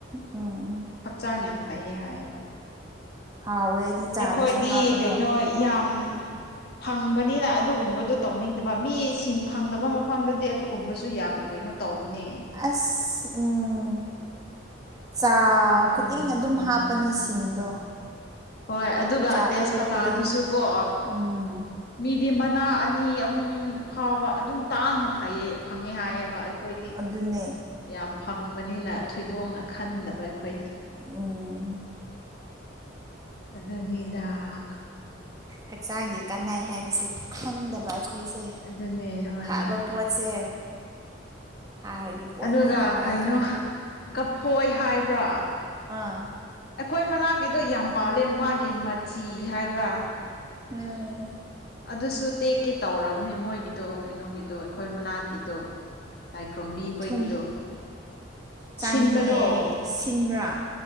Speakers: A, on the right; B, on the left.
A: ꯎꯝ
B: ꯍꯛꯆꯥꯡ ꯌꯥꯝ ꯐꯩꯌꯦ ꯍꯥꯏꯌꯦꯕ
A: ꯍꯥꯎꯋꯦ ꯑꯩꯗꯤ ꯆꯥꯗꯁꯨ
B: ꯑꯩꯈꯣꯏꯗꯤ
A: ꯍꯥꯞꯄꯗꯣ
B: ꯀꯩꯅꯣ ꯌꯥꯝ ꯐꯪꯕꯅꯤꯅ ꯑꯗꯨꯒꯨꯝꯕꯗꯨ ꯇꯧꯅꯤꯡꯗꯕ ꯃꯤꯁꯤꯡ ꯐꯪꯗꯕ ꯃꯐꯝꯗꯗꯤ ꯑꯗꯨꯒꯨꯝꯕꯁꯨ ꯌꯥꯝ ꯀꯩꯅꯣ ꯇꯧꯕꯅꯦ
A: ꯑꯁ ꯎꯝ꯫ ꯆꯥ
B: ꯀꯣꯏꯗꯤ
A: ꯈꯨꯗꯤꯡ
B: ꯌꯥꯝ
A: ꯑꯗꯨꯝ
B: ꯐꯪꯕ
A: ꯍꯥꯞꯄꯅꯦ
B: ꯎꯝ
A: ꯁꯤꯡꯗꯣ
B: ꯍꯣꯏ ꯑꯗꯨꯒ
A: ꯆꯥ
B: ꯇꯦꯖꯄꯇꯥꯗꯨꯁꯨ
A: ꯊꯛꯄ ꯈꯨꯗꯤꯡ
B: ꯀꯣ
A: ꯎꯝ
B: ꯃꯤꯗꯤ ꯃꯅꯥ ꯃꯤ ꯑꯍꯨꯝ ꯐꯥꯎꯕ ꯑꯗꯨꯝ ꯇꯥꯡꯅ ꯐꯩꯌꯦ ꯐꯪꯉꯦ ꯍꯥꯏꯌꯦꯕ ꯑꯩꯈꯣꯏꯗꯤ꯫
A: ꯑꯗꯨꯅꯦ
B: ꯌꯥꯝ ꯐꯪꯕꯅꯤꯅ ꯊꯣꯏꯗꯣꯛꯅ ꯈꯟꯗꯕ ꯑꯩꯈꯣꯏꯅ꯫
A: ꯑꯣ.......
B: ꯑꯗꯨꯅꯤꯗꯥꯛ꯫
A: ꯍꯛꯆꯥꯡꯒꯤ ꯀꯥꯟꯅꯩ ꯍꯥꯏꯕꯁꯦ ꯈꯪꯗꯕ ꯑꯩꯈꯣꯏꯁꯦ
B: ꯑꯗꯨꯅꯦ ꯍꯣꯏ
A: ꯐꯥꯕ
B: ꯍꯣꯏ
A: ꯄꯣꯠꯁꯦ ꯍꯥꯔꯒꯤ꯫ ꯄꯣꯠ
B: ꯑꯗꯨꯒ
A: ꯅꯗꯕ
B: ꯀꯩꯅꯣ
A: ꯌꯥꯝ ꯐꯕ
B: ꯀꯐꯣꯏ ꯍꯥꯏꯕ꯭ꯔꯥ꯫
A: ꯑꯥ꯫
B: ꯑꯩꯈꯣꯏ ꯃꯅꯥꯛꯀꯤꯗꯣ ꯌꯥꯝ ꯄꯥꯜꯂꯦ ꯃꯥꯒꯤ ꯃꯆꯤ ꯍꯥꯏꯕ꯭ꯔꯥ꯫
A: ꯎꯝ꯫
B: ꯑꯗꯨꯁꯨ ꯇꯦꯛꯀꯦ ꯇꯧꯔꯕꯅꯦ ꯃꯣꯏꯒꯤꯗꯣ ꯀꯩꯅꯣꯒꯤꯗꯣ ꯑꯩꯈꯣꯏ ꯃꯅꯥꯛꯀꯤꯗꯣ ꯂꯥꯏꯈ꯭ꯣꯔꯝꯕꯤ ꯈꯣꯏꯒꯤꯗꯣ꯫
A: ꯊꯨꯝ ꯆꯥꯅꯤꯡꯉꯦ
B: ꯁꯤꯟꯕꯗꯣ
A: ꯑꯩ ꯁꯤꯟꯕ꯭ꯔꯥ